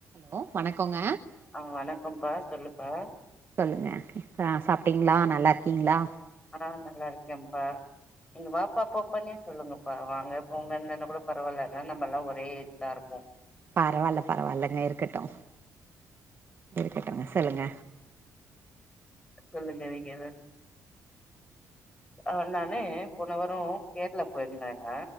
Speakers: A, on the right (about 40°); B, on the left (about 15°).
A: Hello வணக்கொங்க
B: ஆ வணக்கம்ப்பா சொல்லுப்பா
A: சொல்லுங்க அ சாப்ட்டீங்ளா நல்லாருக்கீங்ளா
B: ஆ நல்லா இருக்கேப்பா நீங்க வாப்பா போப்பானே சொல்லுங்க பா வாங்க போங்கன்ன கூட பரவால்ல ஏனா நம்மல்லா ஒரே ஏஜ் தா இருப்போ
A: பரவால்ல பரவால்லங்க இருக்கட்டூ இருக்கட்டூங்க சொல்லுங்க
B: சொல்லுங்க நீங்க எதோ அ நானு போன வாரொ கேர்ளா போயிருந்தேங்க